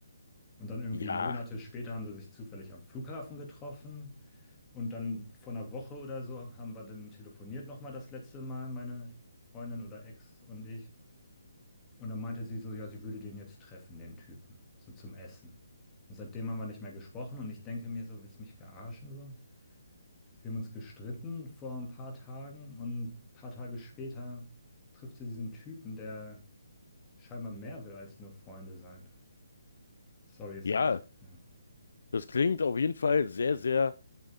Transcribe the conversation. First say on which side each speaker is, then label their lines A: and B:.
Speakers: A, on the left; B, on the left.
A: Und dann irgendwie
B: Ja,
A: Monate später haben sie sich zufällig am Flughafen getroffen und dann vor einer Woche oder so haben wir dann telefoniert nochmal das letzte Mal, meine Freundin oder Ex und ich. Und dann meinte sie so, ja, sie würde den jetzt treffen, den Typen, so zum Essen. Und seitdem haben wir nicht mehr gesprochen und ich denke mir so, willst du mich verarschen so? Also Wir haben uns gestritten vor ein paar Tagen und ein paar Tage später trifft sie diesen Typen, der scheinbar mehr will als nur Freunde sein. Sorry, jetzt
B: ja,
A: habe ich. Ja.
B: das klingt auf jeden Fall sehr, sehr